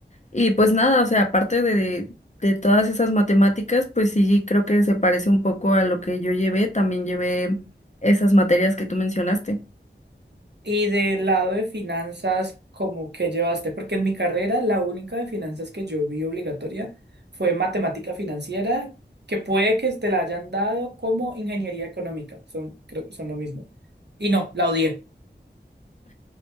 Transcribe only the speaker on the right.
Y del lado de finanzas, ¿cómo que llevaste? Porque en mi carrera la única de finanzas que yo vi obligatoria fue matemática financiera, que puede que te la hayan dado como ingeniería económica. Son, creo que son lo mismo. Y no, la odié.